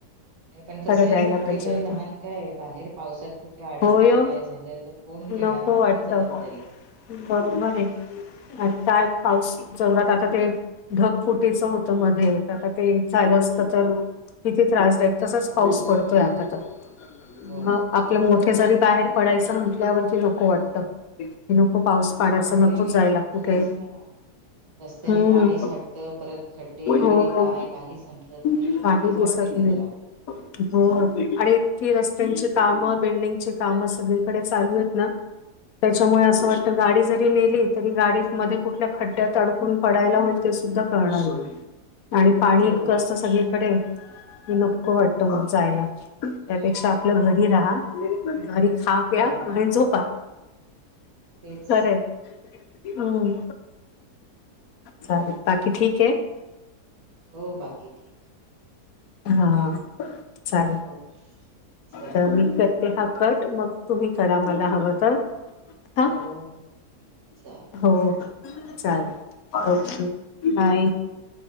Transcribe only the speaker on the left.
खरं द्यायला
पाहिजे
होत.
होय ओ
नको
वाटतं.
बरोबर आहे आणि काय पाऊस जोरात आता ते ढगफुटीच होतं मध्ये, आता ते झालं असतं तर किती त्रासदायक तसाच
पाऊस पडतोय आता तर
मग आपले मोठे जरी बाहेर पडायचं म्हटल्यावरती नको वाटत, नको पाऊस पाण्याचं
नको
जायला कुठे
हम्म
हो
काही
दिसत
नाही.
हो आणि ती रस्त्यांची कामं, बिल्डिंगची कामं सगळीकडे चालू येत ना तच्यामुळे असं वाटतं, गाडी जरी नेली तरी गाडीत मध्ये कुठल्या खड्ड्यात अडकून पडायला होईल. ते सुद्धा कळणार <unintelligible> सॉरी आणि पाणी
इतकं असतं सगळीकडे, नको वाटतं
मग
जायला.
त्यापेक्षा आपलं घरी राहा, घरी खा,
प्या आणि झोपा.
खरंय हम्म चालेल बाकी ठिक्ये
हा चालेल.
तर मी करते हा कट, मग तुम्ही करा मला हवं तर हा
हो हो, चालेल, ओके, बाय.